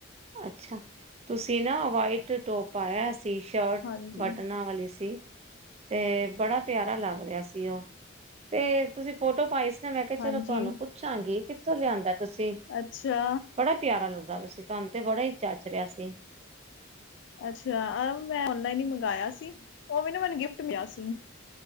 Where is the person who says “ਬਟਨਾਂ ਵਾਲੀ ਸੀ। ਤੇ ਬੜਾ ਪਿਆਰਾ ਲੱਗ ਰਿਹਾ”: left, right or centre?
Right